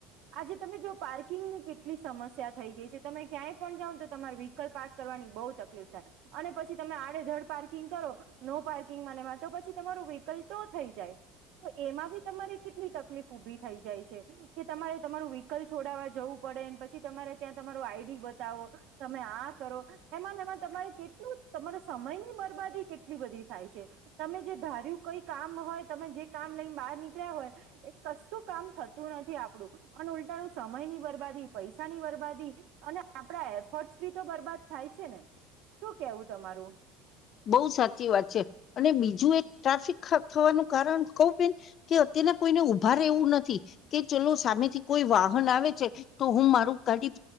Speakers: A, on the right (about 60°); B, on the left (about 40°).
A: આજે તમે જો પાર્કિંગની કેટલી સમસ્યા થઈ ગઈ છે. તમે ક્યાંય પણ જાાવ તો તમારે વ્હીકલ પાર્ક કરવાની બહુ તકલીફ થાય અને પછી તમે આડેધડ પાર્કિંગ કરો નો પાર્કિંગ મનેમાં તો પછી તમારું વ્હીકલ તો થઈ જાય તો એમાં બી તમારે કેટલી તકલીફ ઉઊભી થઈ જાય છે કે તમારે તમારું વ્હીકલ છોડાવવા જવું પડે પછી તમારે ત્યાં તમા આઈડી બતાવો તમે આ કરો એમાં એમાં તમારે કેટલું તમારા સમય ની બરબાદી કેટલી બધી થાય છે તમે જે ધાર્યું કઈ કામ હોય તમે જે કામ લઈને બહાર નીકળ્યા હોય એ કશું કામ થતું નથી આપડું અને ઉલટાણું સમય ની બરબાદી પૈસા ની બરબાદી અને આપડા એફર્ટસ બી તો બરબાદ થાય છે ને શું કેવું તમારું.
B: બહુ સાચી વાત છે અને બીજું એક ટ્રાફિક થવાનું કારણ કઉ બેન કે અત્યારના કોઈને ઉઊભા એવું નથી કે ચલો સામેથી કોઈ વાહન આવે છે તો હું મારું ગાડી